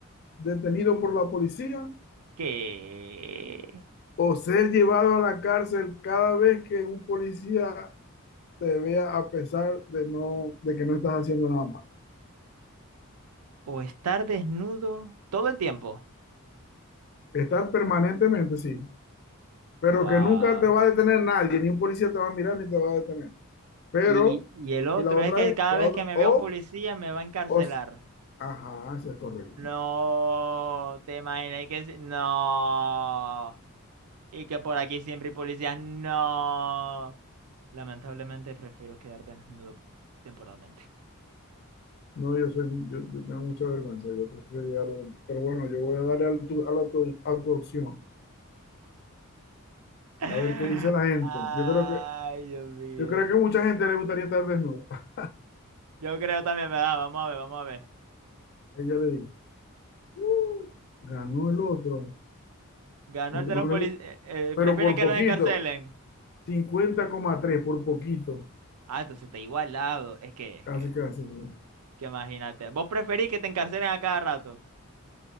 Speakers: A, on the left; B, on the right.
A: detenido por la policía?
B: ¿Qué?
A: ¿O ser llevado a la cárcel cada vez que un policía te vea a pesar de no, de que no estás haciendo nada malo.
B: O estar desnudo todo el tiempo.
A: Estar permanentemente, sí, pero
B: Wow.
A: que nunca te va a detener nadie, ni un policía te va a mirar ni te va a detener. Pero,
B: Y, y el otro
A: y la otra
B: es que
A: es,
B: cada
A: la
B: vez
A: otra,
B: que me
A: o,
B: vea un policía me va a encarcelar.
A: o, ajá, eso es correcto.
B: No, te imaginas que sí? no. Y que por aquí siempre hay policías, no. Lamentablemente prefiero quedar desnudo temporalmente.
A: No, yo soy, yo, yo tengo mucha vergüenza, yo preferiría lo demás. Pero bueno, yo voy a darle al tu- a la tu- a tu opción,
B: <laughs>
A: a ver qué dice la gente.
B: Ay,
A: Yo creo que,
B: Dios mío.
A: yo creo que mucha gente le gustaría estar desnuda.
B: Yo creo también, ¿verdad? Vamos a ver, vamos a ver.
A: <laughs> Ahí ya le dije, "Uh, ganó el otro,
B: Ganó
A: no,
B: el
A: no
B: de los policías.
A: le gu- pero
B: prefieren
A: por
B: que
A: poquito.
B: los encarcelen.
A: cincuenta coma tres por poquito,
B: Ah, entonces está igualado. Es que, es
A: casi,
B: que,
A: casi. sí.
B: que imagínate. ¿Vos preferís que te encarcelen a cada rato?